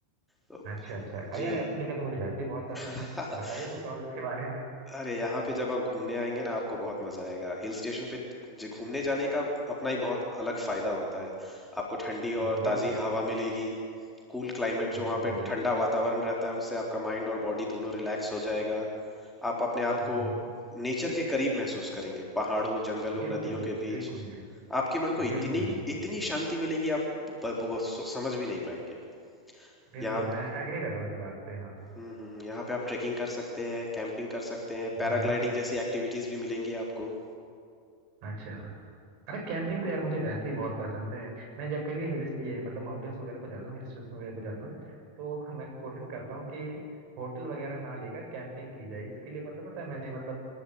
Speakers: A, in the centre; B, on the right (about 45°).
A: तो
B: अच्छा अच्छा अ, यार
A: जी
B: ऐसी जगह तो मुझे वैसे ही बहुत पसंद
A: <laughs>
B: है बताइए कुछ और इसके बारे में
A: अरे यहाँ पे जब आप घूमने आएंगे ना आपको बहुत मजा आएगा हिल स्टेशन पे जो घूमने जाने का अपना ही बहुत अलग फायदा होता है आपको ठंडी और
B: हाँ बिल्कुल
A: ताजी हवा मिलेगी कूल क्लाइमेट जो
B: बिल्कुल
A: वहाँ पे
B: बिल्कुल
A: ठंडा वातावरण रहता है उससे आपका माइंड और बॉडी दोनों रिलैक्स हो जाएगा आप अपने आप
B: हम्म
A: को
B: हम्म
A: नेचर के करीब महसूस करेंगे पहाड़ों जंगलों
B: बिल्कुल
A: नदियों
B: बिल्कुल
A: के बीच
B: बिल्कुल बिल्कुल
A: आपके मन को
B: बिल्कुल
A: इतनी
B: बिल्कुल
A: इतनी शांति मिलेगी आप ब- ब- ब- सो- समझ भी नहीं पाएंगे
B: बिल्कुल
A: यहाँ पे
B: मैं एग्री कर रहा हूँ इस बात से हाँ
A: हम्म हम्म, हम्म, यहाँ पे आप ट्रेकिंग कर सकते हैं कैंपिंग कर सकते हैं
B: हम्म
A: पैराग्लाइडिंग जैसी एक्टिविटीज भी मिलेंगी आपको
B: अच्छा अरे कैंपिंग तो यार मुझे वैसे ही बहुत पसंद है मैं जब कभी हिल ये मतलब माउंटेन्स वगैरह पर जाता हूँ हिल स्टेशन वगैरह पर जाता हूँ तो मैं कोशिश करता हूँ कि होटल वगैरह ना लेकर कैंपिंग की जाए इसके लिए पता पता है मैंने मतलब